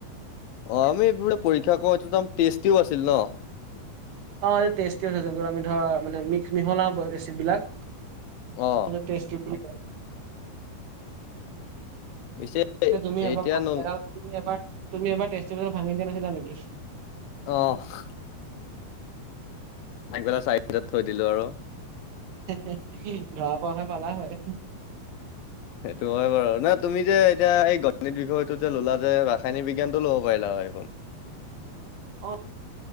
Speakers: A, on the left (about 75°); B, on the right (about 70°).
A: অ', আমি এই পৰীক্ষা কৰা এইটো নাম তেষ্টিও আছিল ন?
B: অ', এই তেষ্টিও যোনটোত আমি ধৰা মানে মিক্স মিহলাও এচিড বিলাক।
A: অ
B: সেইটো টেষ্ট টিউব বুলি কয়।
A: পিছে
B: যে তুমি
A: এতিয়া
B: এবাৰ ভাঙি
A: ন
B: পেলাল তুমি এবাৰ, তুমি এবাৰ টেষ্ট টিউব দাল ভাঙি দিয়া নাছিলা নেকি?
A: অ', ভাঙি পেলাই চাইডত থৈ দিলো আৰু।
B: ধৰা পোৱা হৈ পালা হয়।
A: সেইটো হয় বাৰু ন' তুমি যে এতিয়া এই গণিত বিষয়টো যে ল'লা যে ৰাসায়নিক বিজ্ঞানতটো ল'ব পাৰিলা হয় দেখোন।
B: অ,